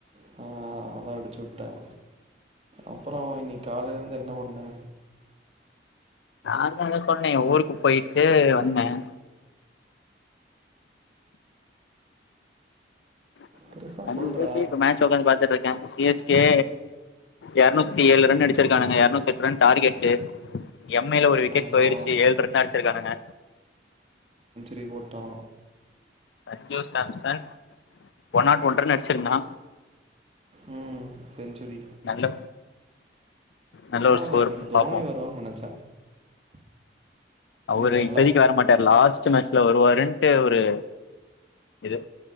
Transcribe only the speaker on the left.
நான் தான் சொன்னேன் ஊருக்கு போய்ட்டு வந்தேன் <unintelligible>
மேட்ச் உக்காந்து பார்த்துட்டு இருக்கன் சிஎஸ்கே எர்நூத்தி ஏழு ரன்னு அடிச்சிருக்கானுங்க எர்நூத்தெட் ரன் டார்கெட்டு எம்மேல ஒரு விக்கெட்
போயிருச்சி ஏழ் ரன் அடிச்சிருக்கானுங்க
Sanju Samsung one not one run அடிச்சிர்ந்தா
நல்ல நல்ல
ஒரு ஸ்கோர்
பாப்போ
அவுரு
இப்பதிக்கு வர மாட்டார் லாஸ்ட் மேட்ச்ல வருவாருன்ட்டு ஒரு இது